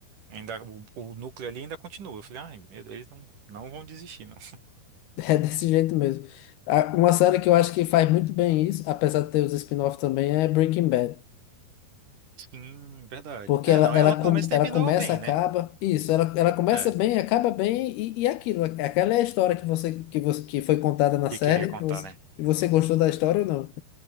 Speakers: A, on the right; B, on the left.
A: ainda, o, o núcleo ali ainda continua. Eu falei, ai, meu Deus, eles não, não vão desistir, não.
B: <laughs> É desse jeito mesmo. A- Uma série que eu acho que faz muito bem isso, apesar de ter os spin-off também, é Breaking Bad.
A: <laughs> Sim, verdade.
B: Porque
A: É,
B: ela,
A: não, ela
B: ela,
A: pelo
B: com-
A: menos terminou
B: ela começa,
A: bem,
B: acaba.
A: né?
B: Isso, ela, ela começa
A: É,
B: bem, acaba bem, e, e aquilo. Aquela é a história que você, que você que foi contada na
A: que
B: série.
A: queria contar,
B: E você,
A: né?
B: e você gostou da história ou não?